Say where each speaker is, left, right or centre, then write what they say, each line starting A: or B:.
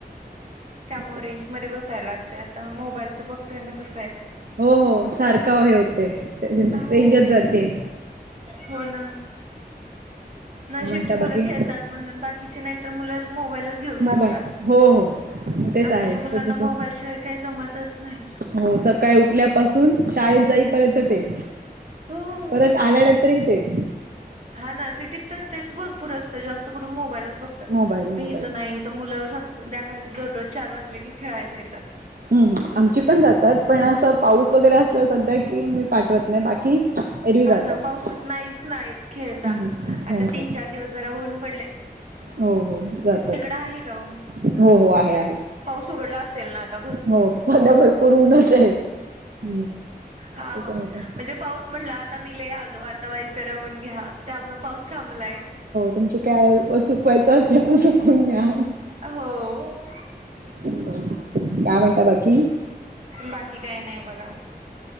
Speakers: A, on the right; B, on the right.
A: त्यामुळे
B: चालेल.
A: रेंजमध्ये बसायला लागत आता मोबाईलचं बघतोय ना कसं हाय
B: हो हो सारखा ह्यो होतय रेंजच
A: हो
B: जाते
A: हो ना
B: काय
A: नशिब
B: म्हणता
A: ती मुलं
B: बाकी?
A: खेळतात म्हणून बाकीचे नाहीतर मुलं मोबाईलच घेऊन बसतात
B: मोबाईल हो हो तेच
A: आताच्या
B: आहे
A: मुलांना
B: सध्याचे
A: मोबाईलशिवाय काही जमतच नाही
B: हो सकाळी उठल्यापासून शाळेत जाईपर्यंत तेच
A: हो.
B: परत आल्यानंतर त्री तेच.
A: हा ना सिटीत तर तेच भरपूर असतं जास्त करून मोबाईलच बघ.
B: मोबाईल मोबाईल
A: प हित नाही हित मुलं संद्याकाळची दररोज चार वाजले की खेळायला येतात.
B: हम्म हम्म आमची पण जातात पण असं पाऊस वगैरे असला सध्या कि मी पाठवत नाही बाकी. एरवी
A: हा
B: जातात
A: ना पावसात नाहीच ना येत खेळता
B: खेळत
A: आता तीन चार दिवस जरा ऊन पडलय.
B: हो हो जातात
A: तिकडं आहे का ऊन
B: हो हो आहे आहे.
A: पाऊस उघडला असेल ना. भरपूर
B: हो सदा भरपूर ऊनच आहे. हम्म
A: हा
B: त्याच्यामुळे
A: म्हणजे
B: काय
A: पाऊस म्हटला आता मी ल आलो आ. तवायच रवून घ्या त्यामुळे पाऊस थांबलाय.
B: तुमचे काय सुकवायचं असेल सुकून घ्या.
A: हो.
B: हम् का म्हनट बाकी.
A: बाकी काही नाही बघा.